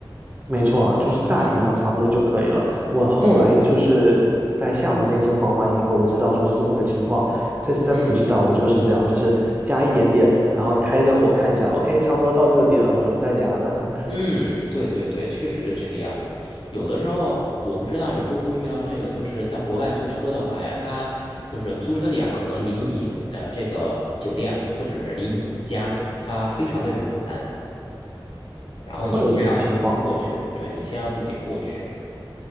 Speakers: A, on the right (about 20°); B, on the left (about 80°).
A: 没错，就是大体上差不多就可以了。
B: 嗯
A: 我后来就是在厦门那一次还完以后，
B: 嗯
A: 我知道说是这么个情况。这次在普吉岛，
B: 嗯
A: 我就是这样，就是加一点点，然后开一个火看一下，OK，差不多到这个点了，我就不再加了，<laughs>
B: 嗯，对对对，确实是这个样子。有的时候我不知道你会不会遇到这个，就是在国外租车的话呀，它就是租车点可能离你的这个酒店或者是离你家它非常的远，然后你先要自己过去，
A: 会有这种情况。
B: 对，你先要自己过去。